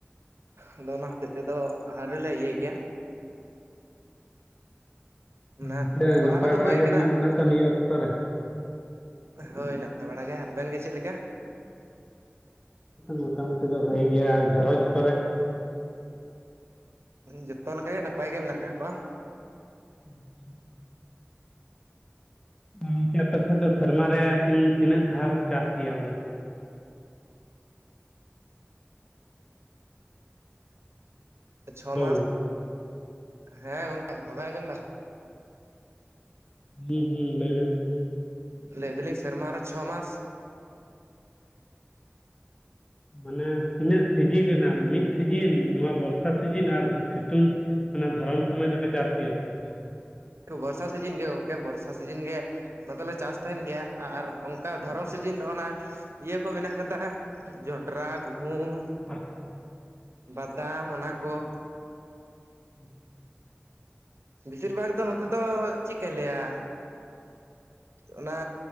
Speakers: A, on the right; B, on the left.
A: ᱟᱫᱚ ᱚᱱᱟ ᱦᱚᱛᱮᱫ ᱛᱮᱫᱚ ᱟᱨᱞᱮ ᱤᱭᱟᱹᱭ ᱜᱮᱭᱟ ᱚᱱᱟ
B: ᱜᱚᱝᱠᱮ
A: ᱛᱚᱞᱟ
B: ᱱᱟᱯᱟᱭ
A: ᱠᱚᱫᱚ
B: ᱵᱟᱲᱟ
A: ᱦᱩᱭ
B: ᱜᱮ
A: ᱠᱟᱱᱟ
B: ᱢᱮᱱᱟᱜ ᱵᱤᱱᱟ ᱛᱚ ᱱᱤᱭᱟᱹ ᱚᱠᱛᱚ ᱨᱮ?
A: ᱦᱳᱭ ᱱᱟᱯᱟᱭ ᱵᱟᱲᱟ ᱜᱮ ᱟᱵᱮᱱ ᱜᱮ ᱪᱮᱫ ᱞᱮᱠᱟ?
B: ᱢᱚᱴᱟ ᱢᱩᱴᱤ ᱫᱚ ᱵᱷᱟᱜᱮ ᱜᱮᱭᱟ ᱟᱨ ᱜᱷᱟᱨᱚᱸᱡᱽ ᱠᱚᱨᱮ?
A: ᱡᱚᱛᱚ ᱞᱮᱠᱟ ᱜᱮ ᱱᱟᱯᱟᱭ ᱜᱮ ᱢᱮᱱᱟᱜ ᱠᱟᱜ ᱠᱚᱣᱟ ᱾
B: <unintelligible> ᱚᱝᱠᱮ ᱟᱯᱮ ᱥᱮᱫ ᱫᱚ ᱥᱮᱨᱢᱟᱨᱮ ᱛᱤᱱ ᱛᱤᱱᱟᱹᱜ ᱫᱷᱟᱣ ᱠᱚ ᱪᱟᱥ ᱜᱮᱭᱟ ᱦᱩᱲᱩ?
A: ᱪᱷᱚ
B: ᱦᱮᱞᱳ
A: ᱢᱟᱥ ᱦᱮᱸ ᱜᱚᱝᱠᱮ ᱵᱟᱵᱮᱱ ᱟᱸᱡᱚᱢ ᱫᱟ?
B: ᱦᱩᱸ ᱦᱩᱸ ᱞᱟᱹᱭ ᱵᱮᱱ ᱾
A: ᱞᱟᱹᱭ ᱫᱟᱞᱤᱧ ᱥᱮᱨᱢᱟ ᱨᱮ ᱪᱷᱚ ᱢᱟᱥ ᱾
B: ᱢᱟᱱᱮ ᱛᱤᱱᱟᱹᱜ ᱥᱤᱡᱤᱱ ᱨᱮᱱᱟᱜ ᱢᱤᱫ ᱥᱤᱡᱤᱱ ᱱᱚᱣᱟ ᱵᱚᱨᱥᱟ ᱥᱤᱡᱤᱱ ᱟᱨ ᱥᱤᱛᱩᱝ ᱚᱱᱟ ᱫᱷᱚᱨᱚᱢ ᱥᱚᱢᱚᱭ ᱫᱚᱯᱮ ᱪᱟᱥ ᱜᱮᱭᱟ ᱥᱮ ᱵᱟᱝ?
A: ᱵᱚᱨᱥᱟ ᱥᱤᱡᱤᱱ ᱜᱮ ᱜᱚᱝᱠᱮ ᱵᱚᱨᱥᱟ ᱥᱤᱡᱤᱱ ᱜᱮ ᱱᱚᱛᱮᱞᱮ ᱪᱟᱥ ᱛᱟᱦᱮᱱ ᱜᱮᱭᱟ ᱟᱨ ᱚᱱᱠᱟ ᱫᱷᱚᱨᱚᱱ ᱥᱤᱡᱤᱱ ᱫᱚ ᱚᱱᱟ ᱤᱭᱟᱹ ᱠᱚ ᱢᱮᱱᱟᱜ ᱠᱟᱫᱟ ᱡᱚᱱᱰᱨᱟ ᱜᱩᱦᱩᱢ
B: <inaudible>
A: ᱵᱟᱫᱟᱢ ᱚᱱᱟ ᱠᱚ ᱾
B: <unintelligible>
A: ᱵᱮᱥᱤᱨ ᱵᱷᱟᱜᱽ ᱫᱚ ᱱᱚᱛᱮ ᱫᱚ ᱪᱮᱫ ᱠᱚᱧ ᱞᱟᱹᱭᱟ ᱚᱱᱟ